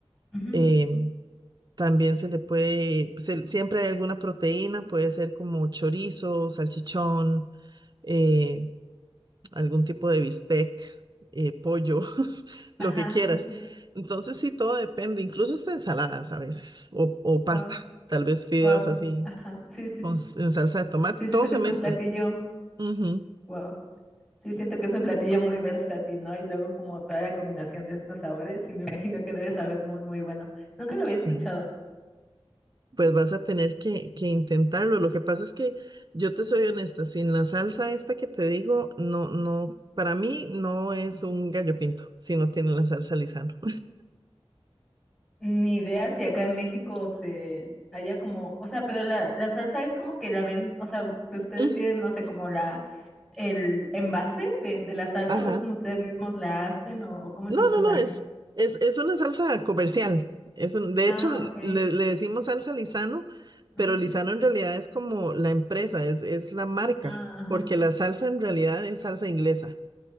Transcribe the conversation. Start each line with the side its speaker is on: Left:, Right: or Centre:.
Centre: Ujú.
Right: eh, también se le puede, se- siempre hay alguna proteína, puede ser como chorizo, salchichón, eh, algún tipo de bistec, eh, pollo, <laughs>
Centre: Ajá,
Right: lo que quieras.
Centre: sí, sí.
Right: Entonces sí, todo depende, incluso hasta ensaladas a veces, o, o pasta,
Centre: Wow,
Right: tal vez fideos
Centre: wow.
Right: así,
Centre: Ajá, sí, sí.
Right: con, s- en salsa de tomate,
Centre: Sí,
Right: todo
Centre: siento
Right: se
Centre: que es
Right: mezcla.
Centre: un platillo.
Right: Ujú,
Centre: Wow. Sí, siento que es un platillo muy versátil, ¿no? Y luego como toda la combinación de estos sabores, sí me imagino que debe saber muy, muy bueno. Nunca lo había
Right: sí.
Centre: escuchado.
Right: Pues vas a tener que, que intentarlo. Lo que pasa es que yo te soy honesta, sin la salsa esta que te digo, no, no, para mí no es un gallo pinto si no tiene la salsa Lizano.
Centre: Ni idea si acá en México se haya como, o sea, pero la, la salsa es como que la ven, o sea, que ustedes
Right: <laughs> Ujú,
Centre: tienen, no sé, como la, el envase de, de la salsa,
Right: Ajá.
Centre: o es como ustedes mismos la hacen, o, o cómo
Right: No,
Centre: es esta
Right: no,
Centre: salsa.
Right: no, es, es, es una salsa comercial. Es un, de
Centre: Ah,
Right: hecho, l-
Centre: ok.
Right: le, le decimos salsa Lizano, pero
Centre: Ujú.
Right: Lizano en realidad es como la empresa, es, es la marca,
Centre: Ah,
Right: porque la salsa en realidad es salsa inglesa.